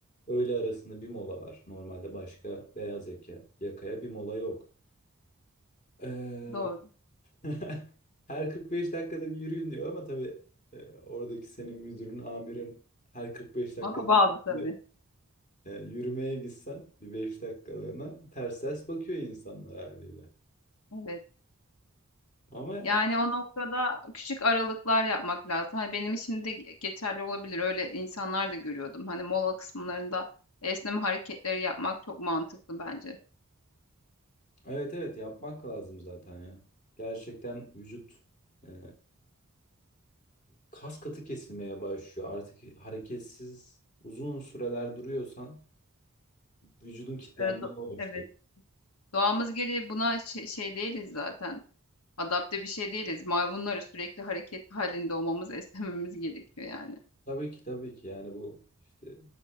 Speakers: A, on the left; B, on the left.
A: öğle arasında bir mola var. Normalde başka beyaz yaka, yakaya bir mola yok. Ee,
B: doğru.
A: <laughs> her 45 dakikada bir yürüyün diyor ama tabii e, oradaki senin müdürün, amirin her 45 dakikada
B: Ona bağlı tabii.
A: bir, e, yürümeye gitsen bir 5 dakikalığına ters ters bakıyor insanlar haliyle.
B: Evet.
A: Ama
B: Yani o noktada küçük aralıklar yapmak lazım. Hani benim için de ge- geçerli olabilir. Öyle insanlar da görüyordum. Hani mola kısımlarında esneme hareketleri yapmak çok mantıklı bence.
A: Evet evet yapmak lazım zaten ya. Gerçekten vücut e, kas katı kesilmeye başlıyor. Artık hareketsiz uzun süreler duruyorsan vücudun Hı. kitlenmeye
B: Eee, do-
A: başlıyor.
B: evet. Doğamız gereği buna şe- şey değiliz zaten. Adapte bir şey değiliz. Maymunları sürekli hareket halinde olmamız, <laughs> esnememiz gerekiyor yani.
A: Tabii ki tabii ki yani bu işte